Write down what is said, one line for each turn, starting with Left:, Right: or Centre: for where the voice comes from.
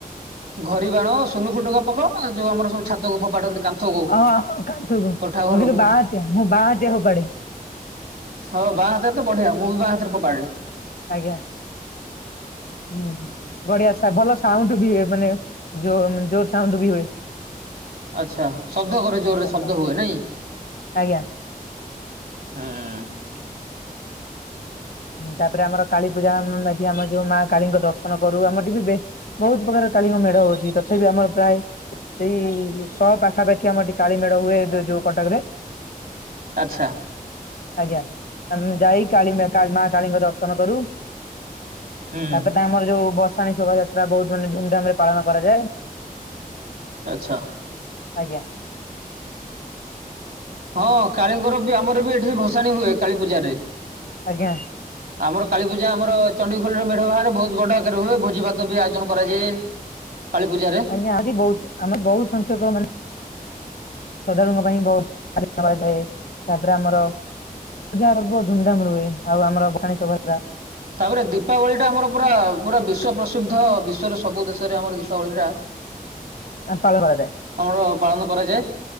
Right: ଘରି ବାଣ ସୁନୁ ଫୁଟକା ପକାଅ ନା ଯୋଉ ଆମର ସବୁ ଛାତକୁ ଫୋପାଡନ୍ତି କାନ୍ଥକୁ
Left: ଓ କାନ୍ତ ମୁଁ
Right: କୋଠା ଘରକୁ।
Left: କହିଲୁ ବାଁହାତ୍ୟା ମୁଁ ବାଁହାତ୍ୟା ହବ ପୋଫାଡେ
Right: ହଁ ବାଁ ହାତରେ ତ ବଢିଆ ମୁଁ ବି ବାଁ ହାତରେ ପୋଫାଡେ
Left: ଆଜ୍ଞା ହୁଁ ହୁଁ ବଢିଆ ଭଲ ସାଉଣ୍ଡ ବି ହୁଏ ମାନେ ଜୋର ସାଉଣ୍ଡ ବି ହୁଏ
Right: ଆଚ୍ଛା ଶବ୍ଦ କରେ ଜୋରରେ
Left: ଆଜ୍ଞା
Right: ଶବ୍ଦ ହୁଏ ନାଇଁ
Left: ଆଜ୍ଞା
Right: ହୁଁ
Left: ହଁ ତାପରେ ଆମର କାଳୀପୂଜା ଏଠି ଆମେ ଯୋଉ ମା କାଳୀଙ୍କ ଦର୍ଶନ କରୁ। ଆମର ଟିକେ ବି ବେ ବହୁତ ପ୍ରକାର କାଳୀଙ୍କ ମେଢ ହଉଚି ତଥାପି ଆମର ପ୍ରାୟ ସେଇ ସମ ପାଖାପାଖି ଆମର ଏଠି କାଳୀ ମେଢ ହୁଏ ଯୋଉ କଟକ ରେ।
Right: ଆଚ୍ଛା।
Left: ଆଜ୍ଞା ଆମେ ଯାଇ କାଳୀ ମା କାଳୀଙ୍କ ଦର୍ଶନ କରୁ।
Right: ହୁଁ
Left: ତାପରେ ଆମର ଯୋଉ ଭଷାଣି ଶୋଭାଯାତ୍ରା ବହୁତ ମାନେ ଧୁମଧାମ ରେ ପାଳନ କରାଯାଏ।
Right: ଆଚ୍ଛା।
Left: ଆଜ୍ଞା।
Right: ହଁ କାଳୀଙ୍କର ବି ଆମର ବି ଏଠି ଭସାଣି ହୁଏ କାଳୀ ପୂଜାରେ।
Left: ଆଜ୍ଞା।
Right: ଆମର କାଳୀପୂଜା ଆମର ଚଣ୍ଡିଖୋଲରେ ମେଢ ବାହାରେ ବହୁତ ବଡ ଆକାରରେ ହୁଏ, ଭୋଜି ଭାତ ବି ଆୟୋଜନ କରାଯାଏ। କାଳୀ ପୂଜାରେ
Left: ଆଜ୍ଞା ଆ ବହୁତ ଆମେ ବହୁତ ସଂଖ୍ୟକ ମାନେ ଶ୍ରଦ୍ଧାଳୁଙ୍କ ପାଇଁ ବହୁତ ଆବିଷ କରାଯାଏ। ତାପରେ ଆମର ପୂଜା ପର୍ବ ଧୁମ ଧାମ ରେ ହୁଏ। ଆଉ ଆମର ଗଣେଶ ଭଷା
Right: ତାପରେ ଦୀପାବଳି ଟା ଆମର ପୁରା ପୁରା ବିଶ୍ଵ ପ୍ରସିଦ୍ଧ, ବିଶ୍ୱ ରେ ସବୁ ଦେଶରେ ଆମର ଦୀପାବଳିଟା
Left: ପାଳନ କରାଯାଏ।
Right: ଆମର ପାଳନ କରାଯାଏ।